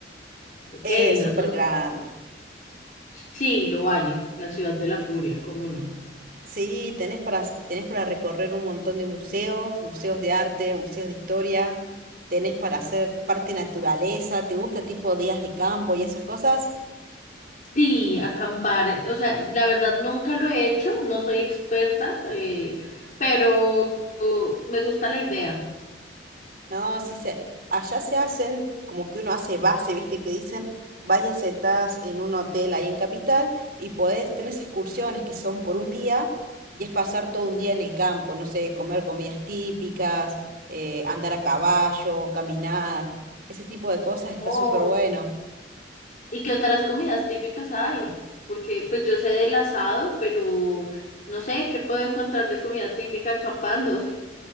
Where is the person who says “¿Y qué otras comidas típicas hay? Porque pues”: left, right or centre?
Left